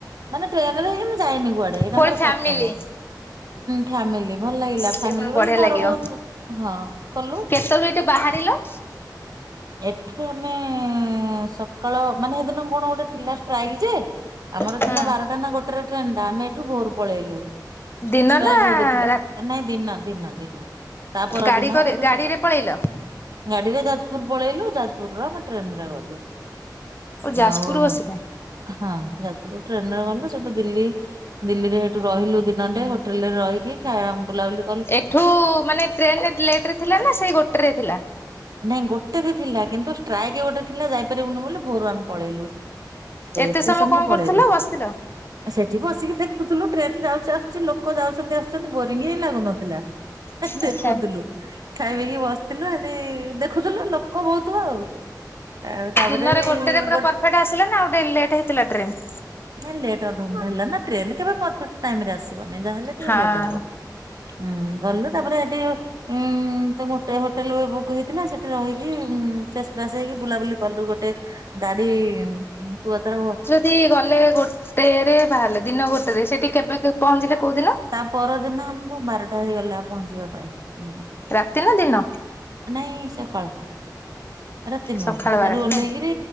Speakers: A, on the right; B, on the left.
A: ମାନେ ଟ୍ରେନ ରେ ହେଇ ମୁଁ ଯାଇନି କୁଆଡେ ଏଇଟା
B: ଫୁଣି
A: ମୋର
B: ଫ୍ୟାମିଲି।
A: ପ୍ରଥମ। ଫ୍ୟାମିଲି ଭଲ ଲାଗିଲା।
B: ସେ
A: ଫାମିଲି
B: ପୁଣି
A: ବୋଲି
B: ବଢିଆ
A: ବଡ
B: ଲାଗିବ।
A: ବହୁତ ହଁ। କଲୁ।
B: କେତେବେଳୁ ଏଇଠି ବାହାରିଲ।
A: ଏଠୁ ଆମେ ସକାଳ ମାନେ ସେଦିନ କଣ ଗୋଟେ ଥିଲା ଷ୍ଟ୍ରାଇକ ଯେ। ଆମର
B: ହୁଁ
A: ଥିଲା ବାରଟା ନା ଗୋଟେରେ ଟ୍ରେନ ଟା ଆମେ ଏଠୁ ଭୋର ପଳେଇଲୁ।
B: ଦିନ
A: ଷ୍ଟକି
B: ନା
A: ଉଠିଥିଲେ
B: ରା
A: ନାଇଁ ଦିନ ଦିନ ଦିନ। ତା ପରଦିନ
B: ଗାଡି କରି
A: ଏଠୁ
B: ଗାଡିରେ
A: ସକାଳ
B: ପଳେଇଲ?
A: ଗାଡିରେ ଯାଜପୁର ପଳେଇଲୁ ଯାଜପୁରରେ ଆମେ ଟ୍ରେନ ରେ ଗଲୁ
B: ଓ ଯାଜପୁର
A: ଆଉ
B: ବସିଲେ।
A: ହଁ ଯାତୁର ଟ୍ରେନରେ ଗଲ ସେଠୁ ଦିଲ୍ଲୀ। ଦିଲ୍ଲୀରେ ସେଠୁ ରହିଲୁ ଦିନଟେ ହୋଟେଲ ରେ ରହିକି ଖାଇବା ବୁଲାଲୁ
B: ଏଠୁ ମାନେ ଟ୍ରେନ ଲେଟ ରେ ଥିଲା ନା ସେଇ ଗୋଟେ ରେ ଥିଲା।
A: ନାଇଁ ଗୋଟେ ଥିଲା କିନ୍ତୁ ଷ୍ଟ୍ରାଇକ୍ ଗୋଟେ ଥିଲା ଯାଇପାରିବୁନି ବୋଲି ଭୋରୁ ଆମେ ପଳେଇଲୁ।
B: ଏତେ
A: ଷ୍ଟେସନକୁ
B: ସମୟ କଣ
A: ପଳେଇଲୁ।
B: କରୁଥିଲ ବସିଥିଲ?
A: ସେଠି ବସିକି ଦେଖୁଥିଲୁ ଟ୍ରେନ ଯାଉଛି ଆସୁଛି ଲୋକ ଯାଉଛନ୍ତି ଆସୁ ବୋରିଙ୍ଗ ହିଁ ଲାଗୁନଥିଲା ଦେଖୁଥିଲୁ
B: ଆଚ୍ଛା।
A: ଖାଇ ପଇକି ବସିଥିଲୁ ଆରି ଦେଖୁଥିଲେ ଲୋକ ବହୁତ ଥିବା ଆଉ ଆଉ ତାପରେ
B: ଦିନରେ
A: ବି
B: ଗୋଟେରେ ପୁରା
A: ଗୋଟେ
B: ପରଫେକ୍ଟ ଆସିଲା ନା ଆଉ ଡେ ଲେଟ୍ ହେଇଥିଲା ଟ୍ରେନ୍?
A: ନାଇଁ ଲେଟ୍ ଅଧଘଣ୍ଟା ହେଲା ନା ଟ୍ରେନ କେବେ ପରେକ୍ ଟାଇ ରେ ଆସିବନି ଯାହାହଲେ ଟିକେ
B: ହଁ।
A: ଲେଟ୍ ହବ। ହୁଁ ଗଲିଲୁ ତାପରେ ସେଠି ଉଁ ତ ଗୋଟେ ହୋଟେଲ ବୁକ୍ ହେଇ ଥିଲା ସେଠି ରହିକି ଉ ଫେ ଫାସ ହେଇକି ବୁଲାବୁଲି କଲୁ ଗୋଟେ ଗାଡି ପୁଅ ତାର ଭ
B: ଯି ଗଲେ ଗୋଟେରେ ବାହାରିଲେ ଦିନ ଗୋଟେରେ ସେଠି କେବେ ପହଞ୍ଚିଲେ କୋଉଦିନ?
A: ତା ପରଦିନ ଆମକୁ ବାରଟା ହେଇଗଲା ପହଞ୍ଚିବା ପାଇଁଁ।
B: ରାତି ନା ଦିନ?
A: ନାଇଁ ସକାଳ ରାତି ନୁ
B: ସକାଳ
A: ସେଠୁ
B: ବାରଟା
A: ଓହ୍ଲେଇକିରି
B: ନା